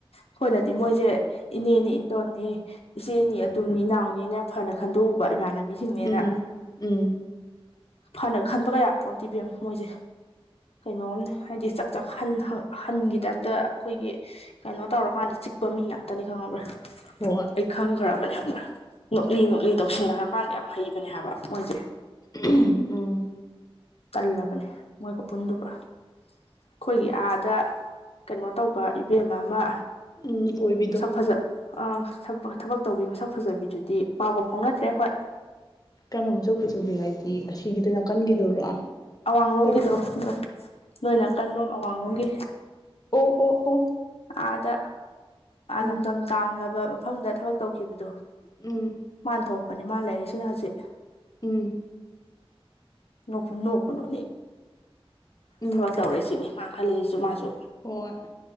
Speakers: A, on the left; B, on the left.
A: ꯑꯩꯈꯣꯏꯅꯗꯤ ꯃꯣꯏꯁꯦ ꯏꯅꯦꯅꯤ ꯏꯟꯗꯣꯟꯅꯤ ꯏꯆꯦꯅꯤ ꯑꯗꯨꯅꯤ ꯏꯅꯥꯎꯅꯤꯅꯦ ꯐꯅ ꯈꯟꯗꯣꯛꯎꯕ ꯏꯃꯥꯟꯅꯕꯤꯁꯤꯡꯅꯦꯅ
B: ꯎꯝ ꯎꯝ
A: ꯐꯅ ꯈꯟꯕꯒ ꯌꯥꯄꯣꯟꯇꯤ ꯕꯦꯝꯃ ꯃꯣꯏꯁꯦ ꯀꯩꯅꯣꯝꯅꯦ ꯍꯥꯏꯗꯤ ꯆꯥꯛ ꯆꯥꯛ ꯍꯟꯒꯤ ꯇꯥꯏꯞꯇ ꯑꯩꯈꯣꯏꯒꯤ ꯀꯩꯅꯣ ꯇꯧꯔꯀꯥꯟꯗ ꯆꯤꯛꯄ ꯃꯤ ꯉꯥꯛꯇꯅꯤ ꯈꯪꯉꯕ꯭ꯔꯥ
B: <unintelligible>
A: ꯑꯩ ꯈꯪꯈ꯭ꯔꯕꯅꯦ ꯍꯥꯏꯕꯅ ꯅꯣꯛꯂꯤ ꯅꯣꯛꯂꯤ ꯇꯧꯁꯤꯟꯅꯔꯀꯥꯟꯗ ꯌꯥꯝ ꯍꯩꯕꯅꯦ ꯍꯥꯏꯕ ꯃꯣꯏꯁꯦ
B: ꯎꯝ
A: ꯇꯜꯂꯕꯅꯦ ꯃꯣꯏꯒ ꯄꯨꯟꯗꯨꯕ ꯑꯩꯈꯣꯏꯒꯤ ꯑꯥꯗ ꯀꯩꯅꯣ ꯇꯧꯕ ꯏꯕꯦꯝ ꯑꯃ
B: ꯎꯝ <unintelligible>
A: ꯃꯁꯛ ꯐꯖ ꯊꯕꯛ ꯇꯧꯕꯤ ꯃꯁꯛ ꯐꯖꯕꯤꯗꯨꯗꯤ ꯄꯥꯎꯕꯥꯎ ꯐꯥꯎꯅꯗ꯭ꯔꯦ ꯑꯩꯈꯣꯏ
B: ꯀꯔꯝꯕ ꯃꯁꯨ ꯄꯨꯁꯨꯨꯒ ꯍꯥꯏꯗꯤ ꯑꯁꯤꯒꯤꯗꯣ ꯅꯥꯀꯟꯒꯤꯗꯨꯔꯣ
A: ꯑꯋꯥꯡꯂꯣꯝꯒꯤꯗꯣ
B: ꯑꯩꯈꯣꯏ ꯂꯩꯀꯥꯏ
A: ꯅꯣꯏ ꯅꯀꯂꯣꯝ ꯑꯋꯥꯡꯂꯣꯝꯒꯤ
B: ꯑꯣ ꯑꯣ ꯑꯣ
A: ꯑꯥꯗ
B: ꯎꯝ
A: ꯂꯝꯗꯝ ꯇꯥꯝꯂꯕ ꯃꯐꯝꯗ ꯊꯕꯛ ꯇꯧꯈꯤꯕꯗꯣ
B: ꯎꯝ
A: ꯃꯥꯥꯟ ꯊꯣꯛꯄꯅꯤ ꯃꯥ ꯂꯩꯔꯤꯁꯤꯗ ꯍꯧꯖꯤꯛ
B: ꯎꯝ
A: ꯅꯣꯛꯀꯅꯨ
B: ꯎꯝ
A: ꯊꯕꯛ ꯇꯧꯔꯦ ꯁꯤꯅꯤ ꯃꯥ ꯈꯜꯂꯤꯁꯤꯁꯨ ꯃꯥꯁꯨ
B: <unintelligible>